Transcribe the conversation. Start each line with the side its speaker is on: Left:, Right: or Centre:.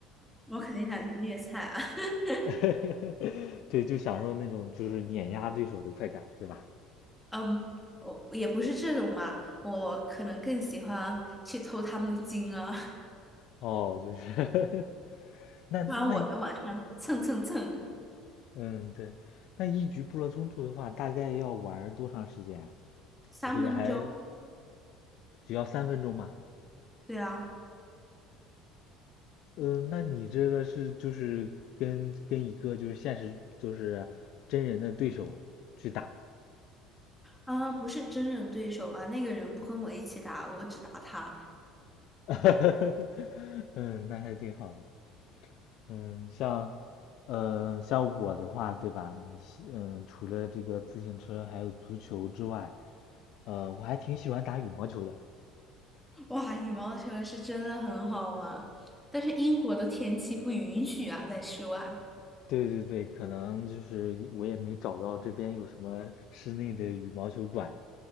Centre: 我肯定想虐菜啊，<laughs>
Left: <laughs> 对，就享受那种就是碾压对手的快感，对吧？
Centre: 嗯，我也不是这种吧，我可能更喜欢去偷他们的金啊，
Left: 哦，就是 <laughs>
Centre: <laughs>
Left: 那那
Centre: 不然我能晚上蹭蹭蹭
Left: 嗯，对，那一局部落冲突的话，大概要玩多长时间啊？
Centre: 三分钟，
Left: 我这个还只要三分钟吗？
Centre: 对啊。
Left: 嗯，那你这个是就是跟跟一个就是现实就是真人的对手去打，
Centre: 啊，不是真人对手吧？那个人不跟我一起打，我只打他。
Left: <laughs> 嗯，那还挺好的。嗯，像，呃，像我的话，对吧？你是嗯，除了这个自行车还有足球之外，呃，我还挺喜欢打羽毛球的。
Centre: 哇，羽毛球是真的很好玩，但是英国的天气不允许啊，在室外。
Left: 对对对，可能就是我也没找到这边有什么室内的羽毛球馆，